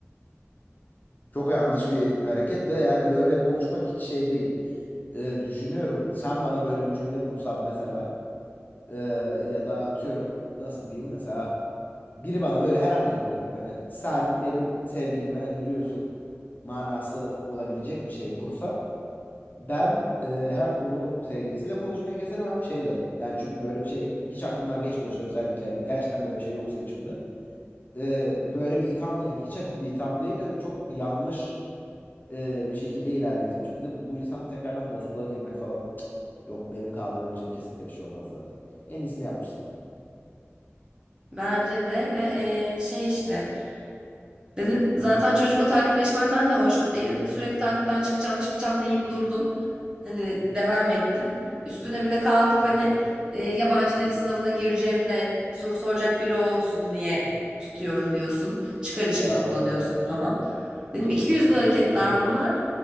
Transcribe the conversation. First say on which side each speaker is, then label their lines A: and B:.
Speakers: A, on the left; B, on the right.
A: Çok yanlış bir hareket ve yani böyle konuşmak hiç şey değil. Ee, düşünüyorum sen bana böyle bir cümle kursan mesela ee, ya da atıyorum nasıl diyeyim mesela biri bana böyle herhangi biri hani sen benim sevgilime yürüyorsun manası olabilecek bir şey kursa ben e, hem onun sevgilisiyle konuşmayı keserim hem şeyle. Yani çünkü böyle bir şey hiç aklımdan geçmiyorsa özellikle hani gerçekten böyle bir şey yoksa içimde e, böyle bir itham yani hiç hafif bir itham değil hani çok yanlış e, bir şekilde ilerletmiş. Bir de bu, bu insanla tekrardan dostluğa girmek falan cık, yok benim kaldırabileceğim kesinlikle bir şey olmaz zaten. En iyisini yapmışsın.
B: Bence de ve eee, şey işte Dedim zaten çocukla takipleşmenden de hoşnut değilim. Sürekli takipten çıkacağım çıkacağım deyip durdun. Hani devam ettin. Üstüne bir de kalkıp hani e, yabancı dil sınavına gireceğim de soru soracak biri olsun diye tutuyorum diyorsun. Çıkar için
A: Ya
B: kullanıyorsun
A: Allah'ım ya Rabbim.
B: falan. Benim 200'lü hareketler bunlar.